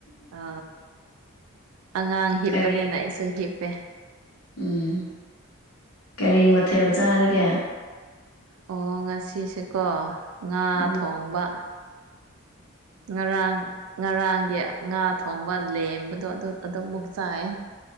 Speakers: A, on the right; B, on the left.
A: ꯑ ꯑꯉꯥꯡ ꯍꯤꯞꯄꯅꯦꯅ
B: ꯀꯔꯤ
A: ꯑꯩꯁꯨ ꯍꯤꯞꯄꯦ
B: ꯎꯝ ꯀꯔꯤ ꯃꯊꯦꯜ ꯆꯥꯔꯒꯦ
A: ꯑꯣ ꯉꯁꯤꯁꯦꯀꯣ ꯉꯥ
B: ꯎꯝ
A: ꯊꯣꯡꯕ ꯉꯔꯥꯡ ꯉꯔꯥꯡꯒꯤ ꯉꯥ ꯊꯣꯡꯕ ꯂꯦꯝꯕꯗꯣ ꯑꯗꯨ ꯑꯗꯨꯃꯨꯛ ꯆꯥꯏ